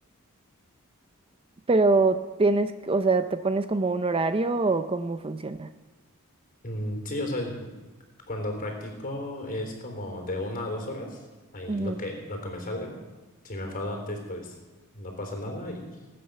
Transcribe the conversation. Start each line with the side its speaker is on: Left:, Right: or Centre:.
Right: Pero tienes, o sea, ¿te pones como un horario o cómo funciona?
Left: Mm, sí, o sea, cuando practico es como de una a dos horas, ahí
Right: Ujú,
Left: lo que, lo que me salga. Si me enfado antes, pues no pasa nada y,